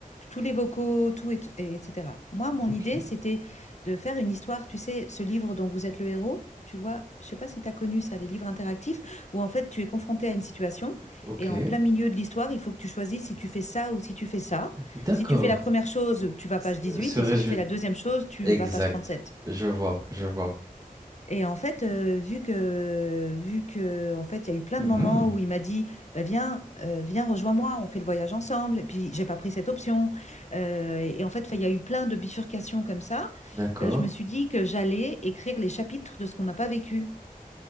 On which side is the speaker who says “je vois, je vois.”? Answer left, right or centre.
Right